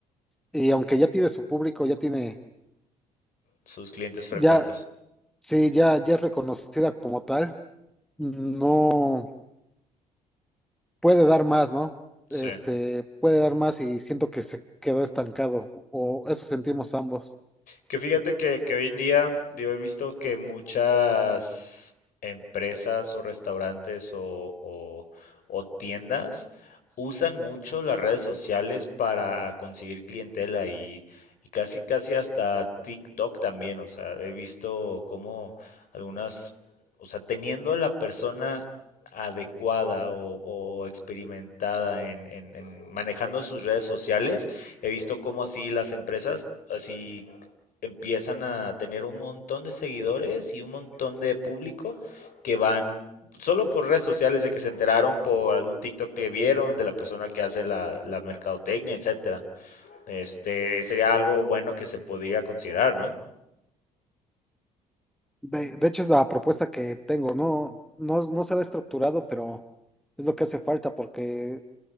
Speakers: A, in the centre; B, on the left (about 50°).
A: y aunque ya tiene su público, ya tiene,
B: Sus clientes frecuentes.
A: ya, sí, ya, ya es reconocida como tal, no. puede dar más, ¿no?
B: Sí.
A: Este, puede dar más y siento que se quedó estancado, o eso sentimos ambos.
B: Que fíjate que, que hoy en día, digo, he visto que muchas empresas o restaurantes o, o- o tiendas usan mucho las redes sociales para conseguir clientela y, y casi, casi hasta TikTok también. O sea, he visto cómo algunas, o sea, teniendo la persona adecuada o, o experimentada en en- en manejando sus redes sociales, he visto cómo así las empresas así empiezan a tener un montón de seguidores y un montón de público que van solo por redes sociales de que se enteraron por algún TikTok que vieron de la persona que hace la, la mercadotecnia, etcétera. Este sería algo bueno que se podría considerar, ¿no?
A: De, de hecho, es la propuesta que tengo, no, no, no se ve estructurado, pero es lo que hace falta, porque